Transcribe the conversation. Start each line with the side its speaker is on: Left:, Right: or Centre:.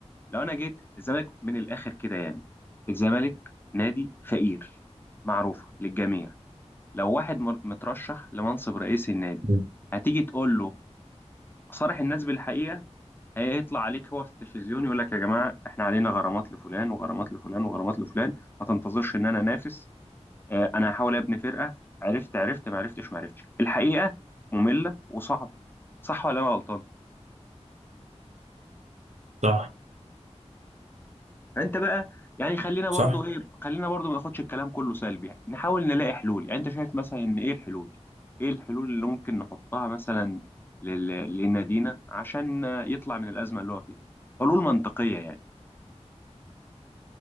Left: لو انا جيت الزمالك من الاخر كده يعني الزمالك نادي فقير معروفه للجميع لو واحد مر- مترشح لمنصب رئيس النادي
Right: مم.
Left: هتيجي تقول له صارح الناس بالحقيقه هيطلع عليك هو في التلفزيون يقول لك يا جماعه احنا علينا غرامات لفلان وغرامات لفلان وغرامات لفلان ما تنتظرش ان انا انافس آه، انا هحاول ابني فرقه عرفت عرفت ما عرفتش ما عرفتش الحقيقه ممله وصعبه صح ولا انا غلطان
Right: صح
Left: فانت بقى يعني خلينا
Right: صح
Left: برضو ايه خلينا برضو ما ناخدش الكلام كله سلبي يعني نحاول نلاقي حلول يعني انت شايف مثلا ان ايه الحلول ايه الحلول اللي ممكن نحطها مثلا لل... لنادينا عشان آه، يطلع من الازمه اللي هو فيها حلول منطقيه يعني